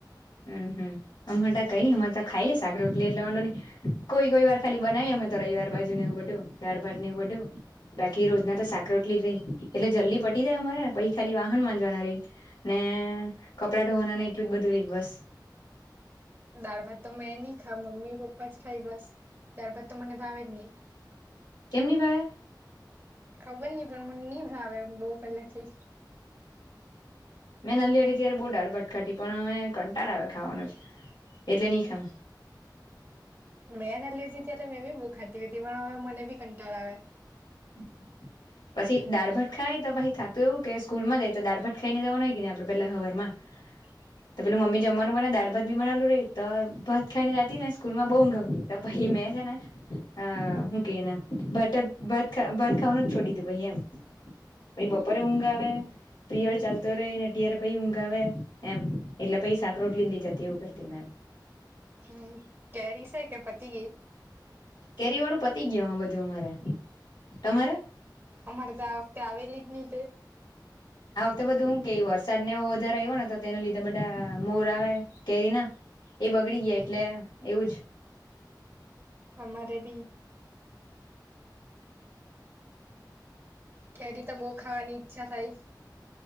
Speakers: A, on the left; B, on the right.
A: હમ હમ અમટા કઈ ન અમારે ખાઈ લે સાકર રોટલી એટલે ડોની કોઈ કોઈ વાર ખાલી બનાવી અમે તો રવિવાર બાજુ ને એવું બધું દાળ ભાત નેવું બધું બાકી રોજના તો સાકરટલી જ રહી એટલે જલ્દી પટી જાય અમારા પછ ખાલી વાહન માંજવાના રહી ને કપડાં ધોવાનાને એટલું જ બધું રહી બસ
B: દાળ ભાત તો મેં નહી ખા મમ્મી પપ્પા જ ખાય બસ દાળભાત તો મને ભાવે જ નહી
A: કેમની ભાઈ
B: ખબર નહી પણ મને ની ભાવે મને બહુ પહેલેથી
A: મેં નનલિ હતી ત્યારે બહુ દાળભાત ખાતી પણ અ હવે કંટાળ આવે ખાવાનો જ એટલે નહીં ખામ
B: મેંને લીધી ત્યારે મેં બી બહુ ખાતી હતી પણ હવે મને બી કંટાળો આવ્યો
A: <unintelligible> પછી દાળભટ ખાય તો પછી થતું એવું કે સ્કૂલ માં જાય તો દાળભટ ખાઈ ને જવાનું હોય કે ન આપડે પેલા હવારમાં
B: <inaudible>
A: તો પેલું મમી જમવાનું બના દાળ ભાત બી બનાલું રહી તો ભાત ખાઈને જતી ને સ્કૂલમાં બહુઊંઘવતી ભ હ મે છેના અ કે એને બટ બ ભત ખાવાનું જ છોડીધું પછ એમ પછી બપોરે ઊંઘ આવે પ્રિયડ ચાલતો રહે એને અત્યારે પછી ઊંઘ આવેે એમ એટલે પછી સાક રોટલી લઈ જતી એવું કરતી મે એમ.
B: હમ કેરી છે કે પતિ
A: કેરી વાળું પતી ગય બધું અમારે. તમારે
B: અમારે તો આ વખતે આવેલી જ નહીં તે.
A: તો બધું હું કે વરસાદ ને વધારે આવ્યો ને તો તેના લીધે બધા મોર આવે કેરી ના એ બગડી ગયા એટલે એવું જ
B: આમારે બી કેરી તો બહુ ખાવાની ઈચ્છા થાય